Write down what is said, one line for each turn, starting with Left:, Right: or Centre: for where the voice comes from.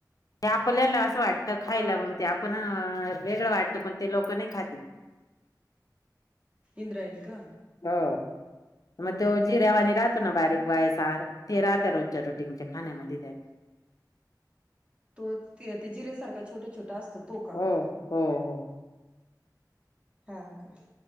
Left: ते आपल्याला असं वाट खायला
Right: हा
Left: मग
Right: का
Left: ते आपण वेगळं वाटत पण ते लोक नाही खाती
Right: इंद्रायणी का
Left: हो
Right: हा
Left: म
Right: हा
Left: ते जी रहवानी राहतो ना बारीक वायसार ते राते रोज जरू खाण्या
Right: हा हा
Left: म लिे
Right: तो ते जिर्यासारखा छोट छोटा असतो तो का
Left: हो हो हो
Right: ह का